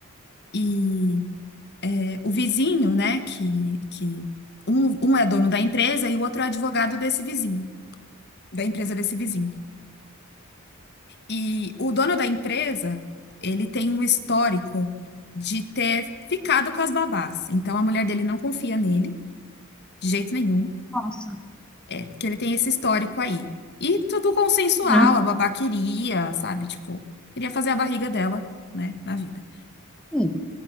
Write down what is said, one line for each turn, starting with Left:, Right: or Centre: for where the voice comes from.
Left: E é, o vizinho, né, que, que um, um é dono da empresa e o outro é advogado desse vizinho, da empresa desse vizinho. E o dono da empresa, ele tem um histórico de ter ficado com as babás. Então a mulher dele não confia nele, de jeito nenhum,
Centre: Nossa.
Left: é, porque ele tem esse histórico aí. E tudo consensual,
Centre: Né?
Left: a babá queria, sabe, tipo, queria fazer a barriga dela, né, na vida.
Centre: Sim.